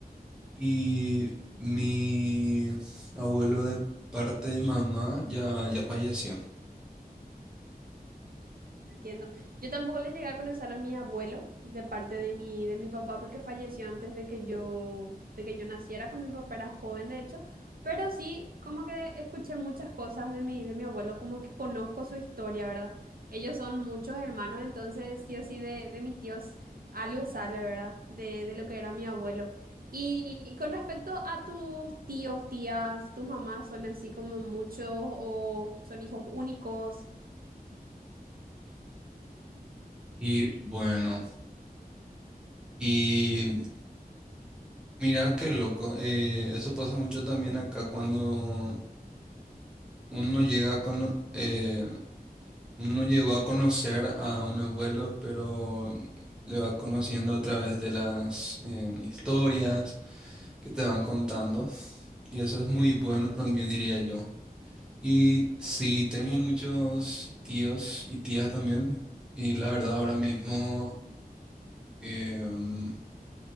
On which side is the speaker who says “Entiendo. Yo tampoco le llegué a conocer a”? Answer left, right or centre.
Right